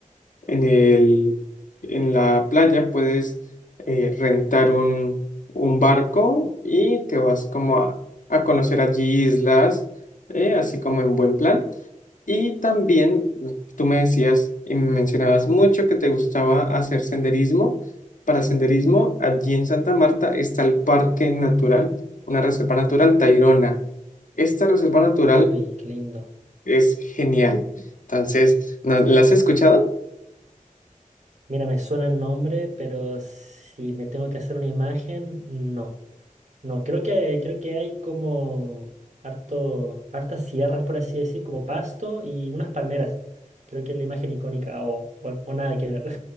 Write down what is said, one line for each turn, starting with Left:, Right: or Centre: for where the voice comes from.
Left: en el, en la playa puedes eh, rentar un, un barco y te vas como a, a conocer allí islas, eh, así como en buen plan. Y también tú me decías y me mencionabas mucho que te gustaba hacer senderismo. Para senderismo, allí en Santa Marta está el Parque Natural, una reserva natural Tayrona. Esta reserva natural
Right: Uy, qué lindo.
Left: es genial. Entonces, ¿no- ¿la has escuchado?
Right: Mira, me suena el nombre, pero si me tengo que hacer una imagen, no. No, creo que, creo que hay como harto, hartas sierras, por así decir, como pasto y unas palmeras. Creo que es la imagen icónica o, o- o nada que ver.